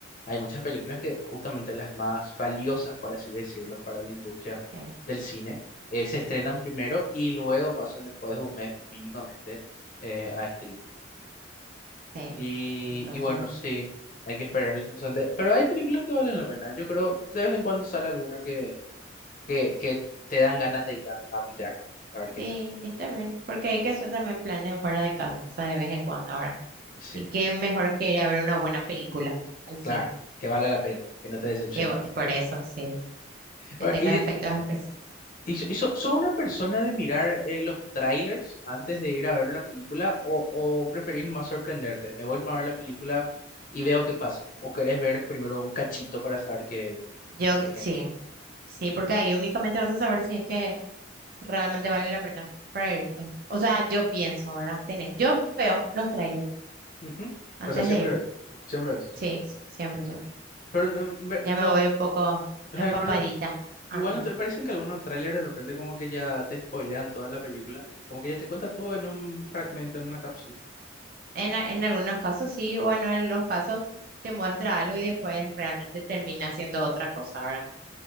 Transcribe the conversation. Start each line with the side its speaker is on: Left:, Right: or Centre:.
Left: hay muchas películas que justamente las más valiosas, por así decirlo, para la industria
Right: eh,
Left: del cine, eh, se estrenan primero y luego pasan después de un mes mínimamente eh, a streaming.
Right: sí.
Left: Y,
Right: Entonces,
Left: y bueno, sí, hay que esperar el tiempo suficiente. Pero hay películas que valen la pena. Yo creo, de vez en cuando sale alguna que, que te dan ganas de ir a, a mirar, a ver qué
Right: sí,
Left: tal.
Right: está bien, porque hay que hacer también planes fuera de casa de vez en cuando ahora.
Left: Sí.
Right: Y qué mejor que ir a ver una buena película al cine.
Left: Claro, que valga la pena, que no te decepcione.
Right: Que va- y por eso, sí, que
Left: A
Right: tenga
Left: y,
Right: efectos especiales.
Left: y, so- y so- ¿sos una persona de mirar eh, los trailers antes de ir a ver una película o, o preferís más sorprenderte? Me voy nomás a ver la película y veo qué pasa. ¿O querés ver primero un cachito para saber qué?
Right: Yo,
Left: qué
Right: sí,
Left: hay?
Right: sí, porque ahí únicamente vas a saber si es que realmente vale la pena para irte. O sea, yo pienso, ¿verdad? Tenés, yo veo los trailers
Left: Ujú.
Right: antes
Left: O sea, siempre
Right: de ir.
Left: ves, siempre ves.
Right: Sí, sí, siempre, siempre.
Left: Pero no, ve-
Right: Ya
Left: no,
Right: me voy un poco
Left: eh,
Right: empapadita
Left: pero no,
Right: antes.
Left: Igual no te parecen que algunos trailers de repente como que ya te spoilean toda la película, como que ya te cuentas todo en un fragmento, en una cápsula.
Right: En, a- en algunos casos sí, o en algunos casos te muestra algo y después realmente termina siendo otra cosa, ¿verdad?